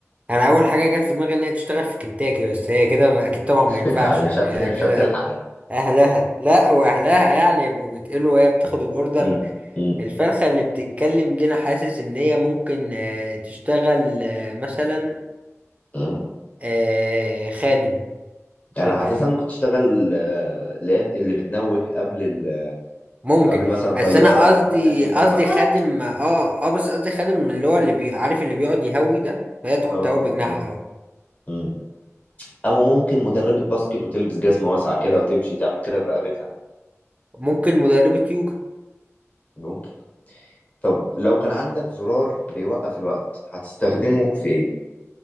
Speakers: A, on the right; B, on the left.
A: انا اول حاجة جت في دماغي ان هي تشتغل في كنتاكي بس هي كده اكيد طبعا
B: <laughs>
A: ما ينفعش
B: يعني
A: يعني
B: مش هت...
A: هي
B: مش
A: كده
B: هتلحق يعني
A: اهلها لا واهلها يعني يبقوا بيتقلوا وهي بتاخد الاوردر
B: م- م-
A: الفرخة اللي بتتكلم دي انا حاسس ان هي ممكن آه تشتغل آه مثلا
B: م.
A: آه خادم
B: يعني
A: يبقى
B: انا حاسسها ممكن تشتغل آه، اللي هي- اللي بتنوه قبل ال...
A: ممكن
B: قبل مثلا
A: بس
B: طياره
A: انا
B: او
A: قصدي
B: حاجه تعمل بكبكاك
A: قصدي خادم اه اه بس قصدي خادم اللي هو اللي بي عارف اللي بيقعد يهوي ده فهي تقعد
B: اه
A: تهوي
B: اه
A: بجناحها
B: اه
A: بقى.
B: مم. او ممكن مدربه باسكت وتلبس جزمه واسعه كده وتمشي تعمل كده برقبتها
A: ممكن مدربة يوجا
B: ممكن طب لو كان عندك زرار بيوقف الوقت هتستخدمه في ايه